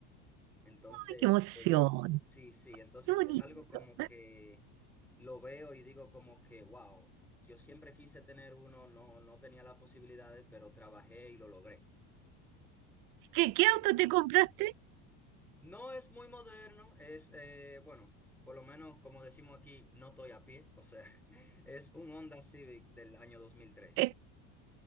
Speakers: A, in the centre; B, on the right.
A: Entonces,
B: ¡Ay, qué emoción!
A: eh, sí, sí, entonces
B: ¡Qué bonito!
A: es algo como que lo veo y digo como que, wow, yo siempre quise tener uno, no, no tenía las posibilidades, pero trabajé y lo logré.
B: ¿Qué, qué auto te compraste?
A: No es muy moderno, es, eh, bueno, por lo menos como decimos aquí, no estoy a pie, o sea, <laughs> es un Honda Civic del año 2003,
B: <laughs>